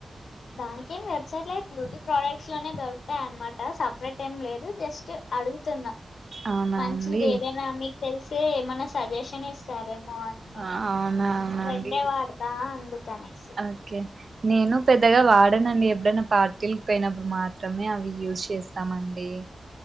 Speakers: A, on the left; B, on the right.
A: దానికేమి వెబ్సైట్లు బ్యూటీ ప్రోడక్ట్స్ లోనే దొరుకుతాయి అన్నమాట సపరేట్ ఏం లేదు జస్ట్ అడుగుతున్నాం
B: అవునా
A: మంచిది
B: అండి
A: ఏదైనా మీకు తెలిసే ఏమన్న సజెషన్ ఇస్త సరే మార్నింగ్
B: ఆ,
A: అది
B: అవునా అవునండి
A: నేను రెండే వాడతా అందుకనేసి
B: ఓకే నేను పెద్దగా వాడనండి ఎప్పుడైనా పార్టీలు పోయినప్పుడు మాత్రమే అవి యూజ్ చేస్తామండి